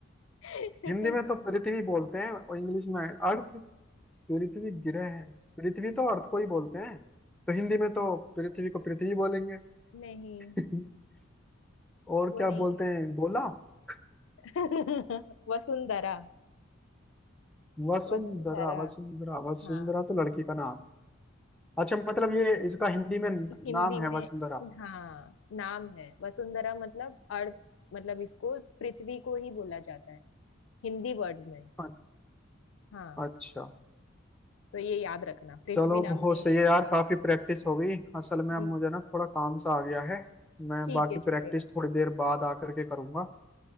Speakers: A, on the left (about 70°); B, in the centre.
A: <laughs>
B: हिंदी में तो पृथ्वी बोलते हैं और इंग्लिश में अर्थ पृथ्वी ग्रह है पृथ्वी तो अर्थ को ही बोलते हैं तो हिंदी में तो पृथ्वी को पृथ्वी बोलेंगे
A: नहीं
B: <laughs> और
A: वो
B: क्या
A: नहीं
B: बोलते हैं बोला <laughs>
A: है <laughs> वसुंधरा
B: वसुंधरा
A: वसुंधरा
B: वसुंधरा वसुंधरा
A: हाँ
B: तो लड़की का नाम अच्छा मतलब ये इसका हिंदी में नाम
A: हिंदी
B: है
A: में
B: वसुंधरा
A: हाँ नाम है वसुंधरा मतलब अर्थ मतलब इसको पृथ्वी को ही बोला जाता है हिंदी वर्ड में
B: अ-
A: हाँ
B: अच्छा
A: तो ये याद रखना पृथ्वी
B: चलो
A: नाम
B: बहुत
A: नहीं
B: सही
A: है
B: है
A: उसका
B: यार काफी प्रैक्टिस हो गई असल में अब
A: हम्म
B: मुझे ना थोड़ा काम सा आ गया है मैं
A: ठीक
B: बाकी
A: है
B: प्रैक्टिस
A: चलेगा
B: थोड़ी देर बाद आकर के करूंगा